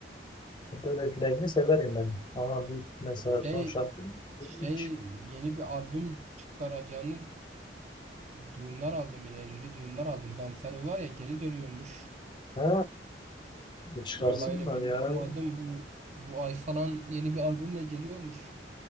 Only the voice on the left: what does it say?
Böylelerini severim ben. Ama bu mesela
son şarkı
hiç.
He. e Çıkarsınlar
ya.